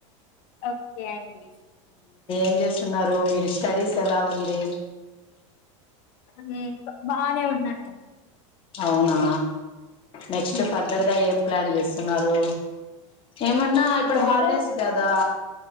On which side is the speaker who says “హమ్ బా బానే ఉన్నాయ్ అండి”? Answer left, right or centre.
Left